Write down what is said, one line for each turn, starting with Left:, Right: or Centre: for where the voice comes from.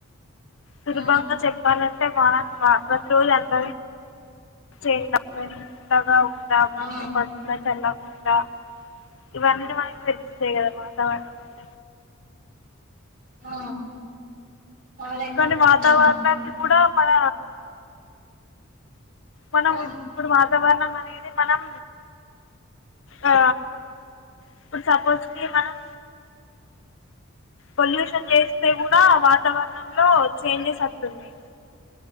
Left: సులభంగా
Right: ఆ
Left: చెప్పాలం <unintelligible> ప్రతిరోజు అందరంతగా <unintelligible> ఉ దవా
Right: ఆ
Left: <unintelligible> ఇవన్ని మనకు తెలుస్తాది కదా వతావరణం ఉంట
Right: ఆ అదే
Left: కానీ వాతావరణాన్ని
Right: ఆ
Left: కూడా మన మనం
Right: ఆ
Left: ఇప్పుడు వా వాతావరణం అనేది మనం ఆ ఇప్పుడు సపోజ్ కి మనం పొల్యూషన్ చేస్తే కూడా వాతావరణంలో చేంజెస్ వస్తున్నాయి